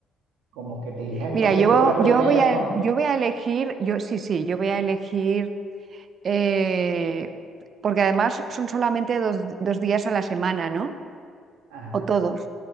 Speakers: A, on the right; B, on the right.
A: como que te irías entonces
B: mira, yo,
A: por la primera,
B: yo voy a,
A: ¿no?
B: yo voy a elegir, yo sí, sí, yo voy a elegir, eh, porque además son solamente dos, dos días a la semana, ¿no?
A: Ajá.
B: O todos.